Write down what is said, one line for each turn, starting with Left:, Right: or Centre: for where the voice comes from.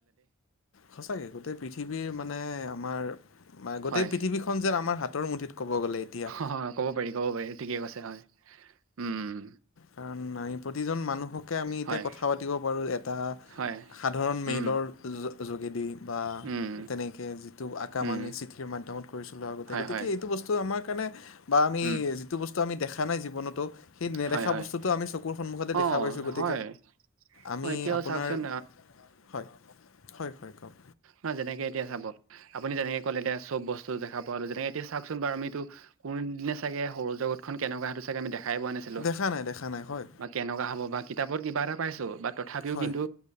Left: সচাকে, গোটেই পৃথিৱীৰ মানে আমাৰ গোটেই
Right: হয়
Left: পৃথিৱীখন যেন আমাৰ হাত তৰ মুঠিত। ক'ব গ'লে এতিয়া
Right: হয়। ক'ব পাৰি, ক'ব পাৰি। ঠিকেই কৈছে, হয়। উম।
Left: কাৰণ আমি প্ৰতিজন মানুহকে আমি এতিয়া
Right: হয়
Left: কথা পাতিব পাৰো এটা
Right: হয়
Left: সাধাৰণ মেইলৰ
Right: উম
Left: জ যোগেদি। বা
Right: উম
Left: তেনেকে যিটো আ কাম
Right: উম
Left: আমি চিঠিৰ মাধ্যমত কৰিছিলো আগতে,
Right: হয়
Left: গতিকে
Right: হয়
Left: এইটো বস্তু আমাক ক বা আমি
Right: উম
Left: যিটো বস্তু আমি দেখা দেখা নাই জীৱনতো সেই নেট
Right: হয় হয়
Left: বস্তুটো আমি চকুৰ সন্মুখতেই দেখা
Right: অঁ
Left: পাইছোঁ গতি
Right: হয়
Left: আমি
Right: অঁ এতিয়াও
Left: আপোনাৰ
Right: চাওকচোন
Left: হয় হয় কওক
Right: ন যেনেকে এতিয়া চাব আপুনি যেনেকে ক'লে এতিয়া চব বস্তু দেখা পালো, যেনে এতিয়া চাওচোন বাৰু আমিতো কোনদিনে চাগে সৰু জগতখন কেনেকুৱা স আমি দেখাই পোৱা নাছিলো,
Left: দেখা নাই দেখা নাই হয়
Right: বা কেনেকুৱা হ'ব বা কিতাপৰ কিবা এটা পাইছো তথাপিও
Left: হয়
Right: কিন্তু